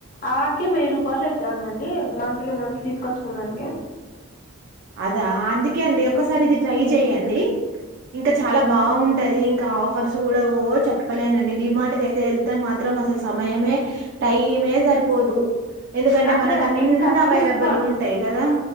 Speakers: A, on the left; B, on the right.
A: ఆ వాటికి వెయ్యి రూపాయలు ఐతందండి మంత్లీ మంత్లీ తీసుకచ్చుకునన్ ఇంకా
B: అదా అందుకే అండి ఒకసారి ఇది ట్రై చెయండి ఇంకా చాలా బాగుంటది ఇంకా ఆఫర్స్ కూడా ఓ చెప్పలేనండి డిమార్ట్ కయితే వెళ్తే మాత్రం మేం అసలు సమయమే టైమే సరిపోదు ఎందుకంటే
A: అదే
B: మనకు
A: అండి
B: అన్ని
A: ఖర్చు
B: అవైలబుల్గా
A: ఎక్కువ
B: ఉంటాయి కదా